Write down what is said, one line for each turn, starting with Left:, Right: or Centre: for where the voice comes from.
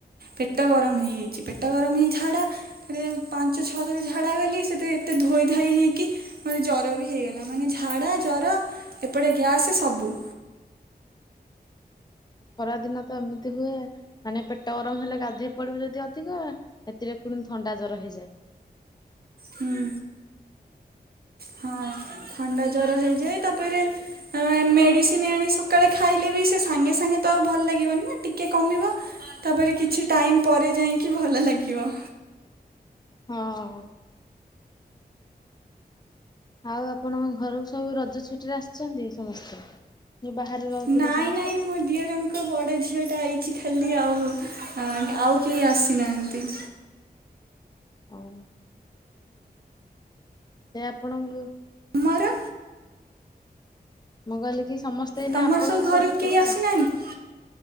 Right: ପେଟ ଗରମ୍ ହେଇଯାଇଚି, ପେଟ ଗରମ୍ ହେଇ ଝାଡା ରେ ପାଞ୍ଚ ଛଅ ଥର ଝାଡ଼ା ଗଲି ସେଥିରେ ଏତେ ଧୋଇଧାଇ ହେଇକି ମୋତେ ଜର ବି ହେଇଗଲା, ମାନେ ଝାଡା ଜର ଏପଟେ ଗ୍ୟାସେ ସବୁ।
Left: ଖରାଦିନ ତ ଏମିତି ହୁଏ ମାନେ ପେଟ ଗରମ୍ ହେଲେ ଗାଧୋଇ ପଡିବୁ ଯଦି ଅଧିକ ସେଥିରେ ପୁଣି ଥଣ୍ଡା ଜର ହେଇଯାଏ।
Right: ହୁଁ ହଁ ଥଣ୍ଡା ଜର ହେଇଯାଏ ତାପରେ ମେଡିସିନି ଆଣି ସକାଳେ ଖାଇଲେ ବି ସେ ସାଙ୍ଗେ-ସାଙ୍ଗେ ତ ଆଉ ଭଲ ଲାଗିବନି ନା, ଟିକେ କମିବ ତାପରେ କିଛି ଟାଇମ୍ ପରେ ଯାଇଁକି ଭଲ ଲାଗିବ।
Left: ହଁ। ଆଉ ଆପଣଙ୍କ ଘରୁକୁ ସବୁ ରଜ ଛୁଟିରେ ଆସିଚନ୍ତି ସମସ୍ତେ? ଯଉ ବାହାରେ ରହୁଥିଲେ
Right: ନାଇଁ
Left: ସମସ୍ତେ।
Right: ନାଇଁ ମୋ ଦିଅରଙ୍କ ଙ୍କ ବଡ଼ ଝିଅଟା ଆଇଛି ଖାଲି ଆଉ ଆଉ କେହି ଆସିନାହାନ୍ତି।
Left: ହଉ ସେ ଆପଣଙ୍କୁ
Right: ଆମର
Left: ମୁଁ କହିଲି କି ସମସ୍ତେ ଏଇନା
Right: ତମର
Left: ଆପଣଙ୍କୁ
Right: ସବୁ ଘରକୁ
Left: କହୁଥିବେ
Right: କେହି
Left: ଆଉ
Right: ଆସିନାହାନ୍ତି